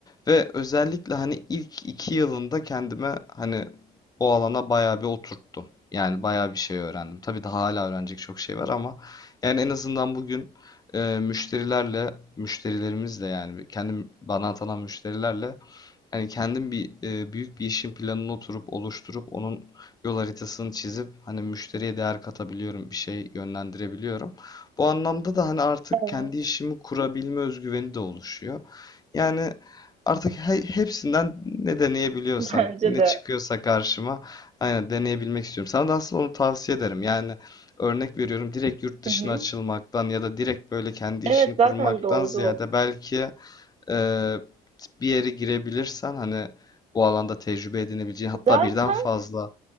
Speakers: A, on the left; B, on the right.
A: Ve özellikle hani ilk 2 yılında kendime hani bu alana bayağı bir oturttum. Yani bayağı bir şey öğrendim. Tabii daha hala öğrenecek çok şey var ama yani en azından bugün e, müşterilerle, müşterilerimizle yani kendi bana atanan müşterilerle Hani kendim bir e, büyük bir işin planını oturup oluşturup onun yol haritasını çizip hani müşteriye değer katabiliyorum, bir şey yönlendirebiliyorum. Bu anlamda da hani artık
B: Evet,
A: kendi işimi kurabilme özgüveni de oluşuyor. Yani artık he- hepsinden ne deneyebiliyorsam,
B: <laughs> Bence
A: ne
B: de.
A: çıkıyorsa karşıma aynen deneyebilmek istiyorum. Sana da aslında onu tavsiye ederim. Yani örnek veriyorum direkt yurt dışına
B: Hı hı.
A: açılmaktan ya da direkt böyle kendi
B: Evet
A: işini
B: zaten
A: kurmaktan
B: doğru.
A: ziyade belki ee, bir yere girebilirsen hani bu alanda tecrübe edinebileceğin hatta
B: Zaten
A: birden fazla